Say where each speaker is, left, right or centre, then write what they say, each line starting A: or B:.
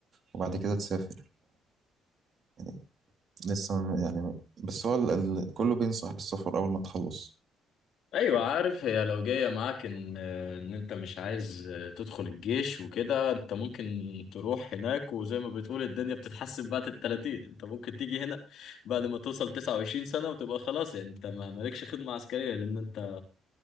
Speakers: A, on the right; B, on the left.
A: وبعد كده تسافر يعني لسه م- يعني بس هو ال... ال... كله بينصح بالسفر أول ما تخلص
B: ايوه عارف هي لو جايه معاك ان ان انت مش عايز تدخل الجيش وكده انت ممكن تروح هناك وزي ما بتقول الدنيا بتتحسن بعد ال 30 انت ممكن تيجي هنا بعد ما توصل 29 سنه وتبقى خلاص يعني انت ما مالكش خدمه عسكريه لان انت